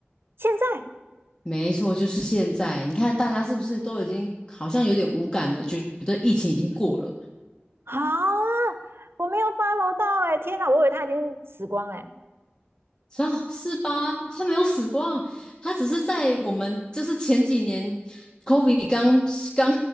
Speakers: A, on the right (about 70°); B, on the left (about 20°).
A: 现在，
B: 没错，就是现在。你看，大家是不是都已经好像有点无感了，觉得疫情已经过了？
A: 好啊，我没有八楼到哎、天哪，我以为他已经死光哎、
B: 啊，是吧？他没有死光，他只是在我们就是前几年 COVID 刚刚